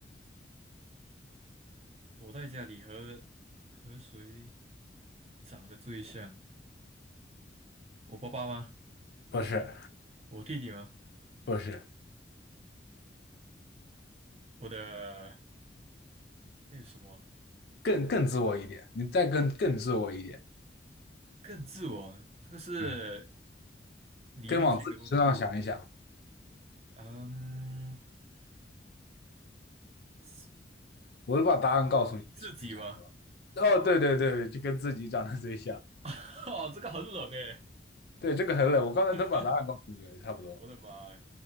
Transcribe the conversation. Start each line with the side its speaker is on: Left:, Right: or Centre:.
Right: 我在家里和和谁长得最像？我爸爸吗？
Left: 不是
Right: 我弟弟吗？
Left: 不是，
Right: 我的还有什么
Left: 更更自我一点，你再更更自我一点，
Right: 更自我？这个是
Left: 嗯，
Right: 理论性的问题。
Left: 更往自己身上想一想。
Right: 嗯，自
Left: 我都把答案告诉你了，
Right: 自己吗？
Left: 行面差不多。哦，对对对，就跟自己长得最像。
Right: <laughs> 哦，这个很冷诶，
Left: 对，这个很冷，我刚才都把答案告诉你了，
Right: <laughs>
Left: 差不多。
Right: 我的妈呀